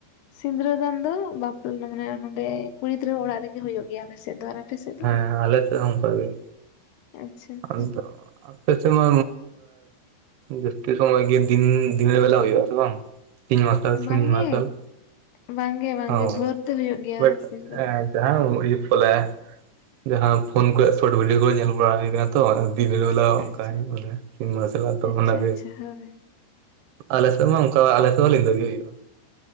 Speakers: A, on the left (about 75°); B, on the right (about 75°).
A: ᱥᱤᱸᱫᱽᱨᱟᱹ ᱫᱟᱱ ᱫᱚ ᱵᱟᱯᱞᱟ ᱢᱟᱱᱮ ᱱᱚᱸᱰᱮ ᱠᱩᱲᱤ ᱜᱤᱫᱽᱟᱹ ᱚᱲᱟᱜ ᱨᱮᱜᱮ ᱦᱩᱭᱩᱜ ᱜᱮᱭᱟ ᱟᱞᱮ ᱥᱮᱫ ᱫᱚ ᱟᱨ᱾ ᱟᱯᱮ ᱥᱮᱫ ᱫᱚ
B: ᱦᱮᱸ ᱟᱞᱮ ᱥᱮᱫ ᱦᱚ ᱚᱱᱠᱟᱜ ᱜᱮ
A: ᱟᱪᱪᱷᱟ ᱟᱪᱪᱷᱟ
B: ᱟᱫᱚ᱾ ᱟᱯᱮ ᱥᱮᱢᱟ ᱡᱚᱹᱥᱛᱤ ᱥᱚᱢᱚᱭ ᱜᱮ ᱫᱤᱱ ᱫᱤᱱᱮᱨ ᱵᱮᱞᱟ ᱦᱩᱭᱩᱜ ᱟ ᱥᱮ ᱵᱟᱝ᱾ ᱛᱤᱱ ᱢᱟᱨᱥᱟᱞ ᱥᱤᱧ
A: ᱵᱟᱝᱜᱮ
B: ᱢᱟᱨᱥᱟᱞ
A: ᱵᱟᱝᱜᱮ ᱵᱟᱝᱜᱮ
B: ᱚ
A: ᱵᱷᱚᱨ ᱛᱮ ᱦᱩᱭᱩᱜ ᱜᱮᱭᱟ
B: ᱵᱟᱴ
A: ᱥᱤᱱᱫᱨᱟᱹ
B: ᱮᱸ
A: ᱫᱟᱱ
B: ᱡᱟᱦᱟᱸ ᱯᱷᱚᱞᱮ ᱡᱟᱦᱟᱸ ᱯᱷᱚᱱ ᱠᱚᱨᱮ ᱥᱚᱴ ᱵᱷᱤᱰᱭᱚ ᱠᱚᱨᱮ ᱧᱮᱞ ᱵᱟᱲᱟ ᱦᱩᱭ ᱟᱠᱟᱱᱟ ᱛᱚ ᱫᱤᱵ ᱵᱞᱟ ᱚᱱᱠᱟ
A: ᱟᱪᱪᱷᱟ
B: ᱵᱮ ᱥᱤᱱᱢᱟ ᱥᱮᱞᱟ ᱫᱚ
A: ᱟᱪᱪᱷᱟ
B: ᱚᱱᱟ ᱜᱮ
A: ᱟᱪᱪᱷᱟ ᱦᱳᱭ
B: ᱟᱞᱮᱥᱮᱫ ᱢᱟ ᱚᱱᱠᱟ ᱟᱞᱮᱥᱮᱫ ᱢᱟ ᱧᱤᱫᱟᱹ ᱜᱮ ᱦᱩᱭᱩᱜ-ᱟ